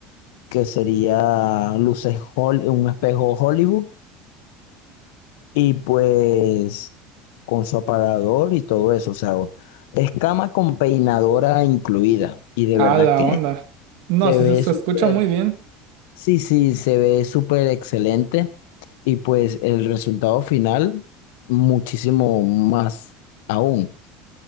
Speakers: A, on the left (about 80°); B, on the right (about 60°).
A: que sería luces Hol- un espejo Hollywood y pues con su aparador y todo eso, o sea, o- es cama con peinadora incluida y de
B: ah,
A: verdad
B: la
A: que
B: onda. No,
A: se
B: sí,
A: ve
B: se se
A: súper,
B: escucha muy bien.
A: sí, sí, se ve súper excelente y pues el resultado final muchísimo más aún.